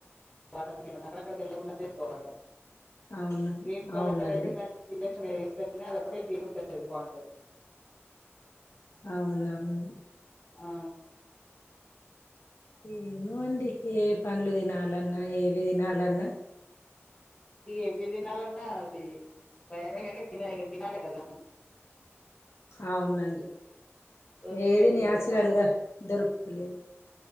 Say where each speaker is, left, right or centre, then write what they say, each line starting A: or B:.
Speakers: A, on the left; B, on the left.
A: వాటర్ మిలన్ అక్కడక్కడ తెల్లగున్నది దెచ్చుకోవాలే
B: అవును
A: గ్రీన్ కలర్
B: అవునండి
A: అయితే దానికి ఇంజక్షన్ ఏస్ <unintelligible> అది ఒకటి తీరు ఉంటది పండు
B: అవునవును
A: ఆ
B: ఏమో అండి ఏ పండ్లు దినాలన్న ఏవి దినాలన్న
A: ఇగ ఏవి దినాలన్నా అదీ భయమే గానీ తినాలి తినాలే గదా
B: అవునండి
A: దోసకాయలు
B: ఏది న్యాచురల్
A: సల్వా
B: గ దొరుకుతలేదు